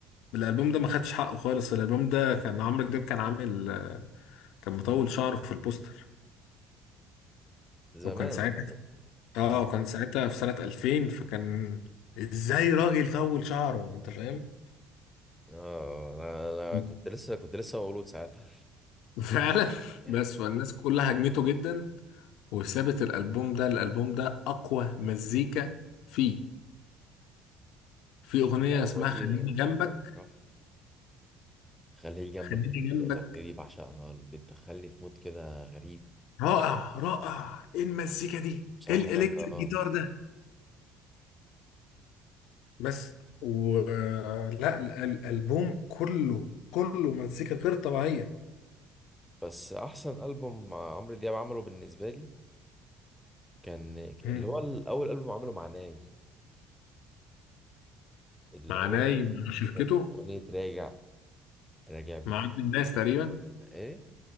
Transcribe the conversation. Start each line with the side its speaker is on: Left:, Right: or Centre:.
Left: الالبوم ده ما خدش حقه خالص الالبوم ده كان عمرو دياب كان عامل آه، كان مطول شعره في البوستر
Centre: زمان
Left: وكان ساعتها
Centre: اعتقد
Left: اه
Centre: زمان
Left: كان ساعتها في سنة 2000 فكان ازاي راجل طول شعره انت فاهم
Centre: اه انا انا
Left: <laughs>
Centre: كنت لسه كنت لسه مولود ساعتها
Left: فعلا
Centre: <laughs>
Left: بس فالناس كلها هجمته جدا وسابت الالبوم ده الالبوم ده اقوى مزيكا فيه في اغنية
Centre: اه
Left: اسمها
Centre: ولي
Left: خليني جنبك
Centre: ممكن راح خليه جنبك
Left: خليني جنبك
Centre: الاغنيه دي بعشقها بتدخلني في مود كده غريب
Left: رائع رائع ايه المزيكا دي
Centre: بصراحه
Left: ايه الالكتريك
Centre: جامده اه
Left: جيتار ده بس ولا الالبوم كله كله مزيكا غير طبيعيه
Centre: بس احسن البوم مع عمرو دياب عمله بالنسبه لي كان اللي
Left: مم.
Centre: هو الاول البوم عمله مع ناي اللي
Left: مع
Centre: هو
Left: ناي
Centre: كان
Left: مع شركته
Centre: كان اغنيه راجع راجع بتقول
Left: مع عبد الناس تقريبا
Centre: ايه